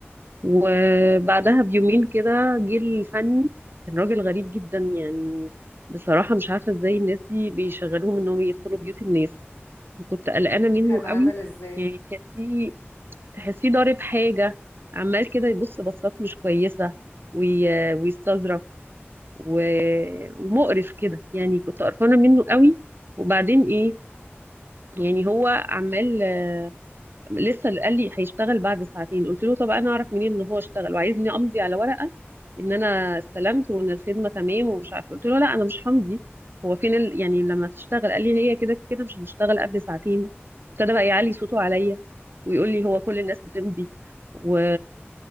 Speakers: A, on the right; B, on the left.
A: وبعدها بيومين كده جه الفني كان راجل غريب جدا يعني بصراحة مش عارفة ازاي الناس دي بيشغلوهم انهم يدخلوا بيوت الناس وكنت قلقانة منه
B: كان عامل
A: قوي
B: إزاي
A: يعني تحسيه تحسيه ضارب حاجة عمال كده يبص بصات مش كويسة وي... ويستظرف و... ومقرف كده يعني كنت قرفانة منه قوي وبعدين ايه يعني هو عمال لسه قال لي هيشتغل بعد ساعتين قلت له طب انا اعرف منين ان هو اشتغل وعايزني امضي على ورقه ان انا استلمت وان الخدمه تمام ومش عارفه قلت له لا انا مش همضي هو فين ال... يعني لما تشتغل قال لي هي كده كده مش هتشتغل قبل ساعتين ابتدى بقى يعلي صوته عليا ويقول لي هو كل الناس بتمضي و...